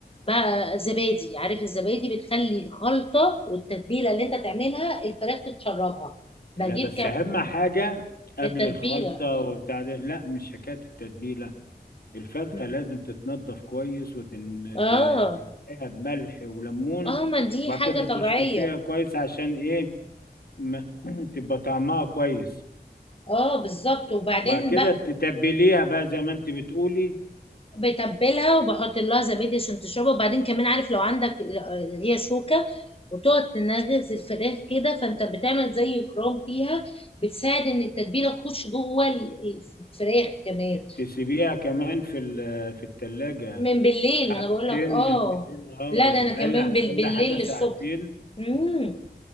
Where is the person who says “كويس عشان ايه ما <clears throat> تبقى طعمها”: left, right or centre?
Left